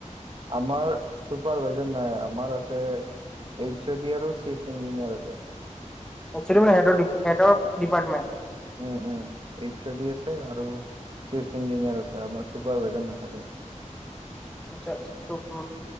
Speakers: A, on the right; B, in the centre.
A: আমাৰ চুপাৰ ভেজ নাই আমাৰ আছে এইচছ ডাৰো চিফ্ট ইঞ্জিনিয়াৰ আছে
B: একচেলি মান হেড অফ ডিপাৰটমেণ্ট
A: উম উম এই চলি আছে আৰু চিফ ইঞ্জিনিয়াৰ আছে আপোনাৰ চুপাৰভাইজাৰ নাথাকে
B: আচ্ছা আচ্ছা শুক